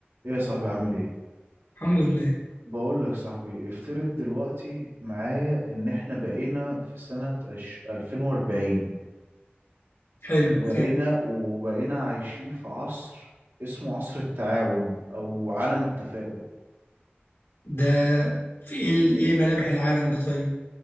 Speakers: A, on the right; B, on the left.
A: ايه يا صاحبي عامل ايه
B: الحمد لله
A: بقول لك صاحبي افترض دلوقتي معايا ان احنا بقينا في سنة عش- 2040
B: حلو
A: وبقينا
B: انا
A: وبقينا عايشين في عصر اسمه عصر التعاون او عالم التفاؤل
B: ده في ايه ال- ايه ملامح العالم ده طيب